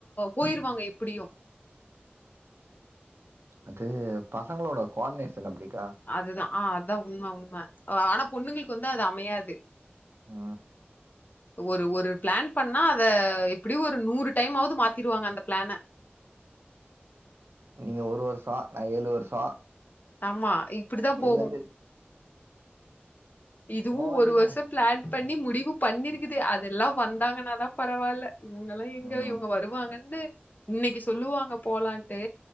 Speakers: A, on the left; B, on the right.
A: போயிருவாங்க எப்புடியு
B: அது பசங்களோட கோ ஆடினேஷன் அப்டிக்கா
A: அதுதா ஆ அத்தா உண்ம உண்ம ஆனா பொண்ணுங்களுக்கு வந்து அது அமையாது
B: ஆ
A: ஒரு ஒரு பிளான் பண்ணா அத எப்புடியு ஒரு நூறு டைம் ஆவது மாத்திருவாங்க அந்த பிளான
B: நீங்க ஒரு வருஷோ நா ஏழு வருஷோ
A: ஆமா இப்பிடி தா
B: இதுல
A: போகு
B: இருந்து
A: இதுவு
B: போ வேண்டிதா
A: ஒரு வருஷோ பிளான் பண்ணி முடிவு பண்ணிருக்குது அதெல்லா வந்தாங்கன்னா பரவால்ல இவுங்கல்லா எங்க
B: ம்
A: இவுங்க வருவாங்கன்னு இன்னைக்கு சொல்லுவாங்க போலான்ட்டு